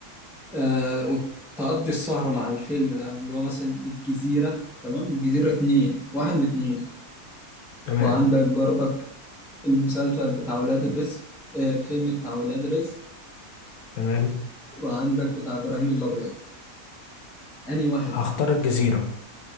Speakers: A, in the centre; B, on the left.
A: آه وتقضي السهرة مع الفيلم ده اللي هو مثلا الجزيرة تمام الجزيرة اتنين واحد واتنين
B: تمام
A: وعندك برضك المسلسل بتاع ولاد رزق آه الفيلم بتاع ولاد رزق
B: تمام
A: وعندك بتاع إبراهيم الأبيض أنهي واحد؟
B: هختار الجزيره